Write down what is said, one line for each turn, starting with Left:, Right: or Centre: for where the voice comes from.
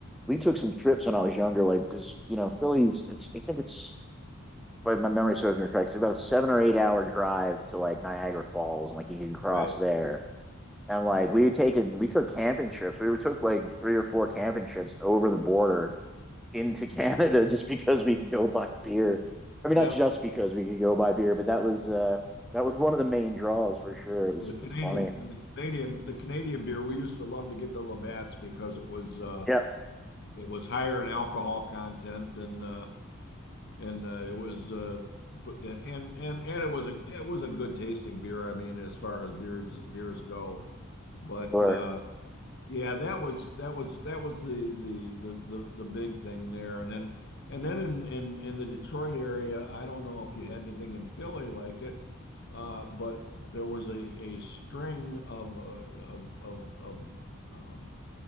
Centre: We took some trips when I was younger, like because you know, Philly's it's I think it's by my memory serving me correct, it's about a seven or eight hour drive to like Niagara Falls and like you can cross
Left: right?
Centre: there And like we had taken, we took camping trips. We took like three or four camping trips over the border into <laughs> Canada just because we could go buy beer. I mean,
Left: Yep.
Centre: not just because we could go buy beer, but that was uh that was one of the main draws for sure. It
Left: Well,
Centre: was
Left: the Canadian,
Centre: it's funny.
Left: the Canadian, the Canadian beer, we used to love to get the Labatt's because it was uh
Centre: Yeah.
Left: it was higher in alcohol content and uh and uh, it was uh bu- and and and it was a it was a good tasting beer. I mean, as far as beers beers go, but
Centre: Or
Left: uh yeah, that was that was that was the the the the, the big thing there. And then and then in, in in the Detroit area, I don't know if you had anything in Philly like it, uh, but there was a a string of uh, of of of um,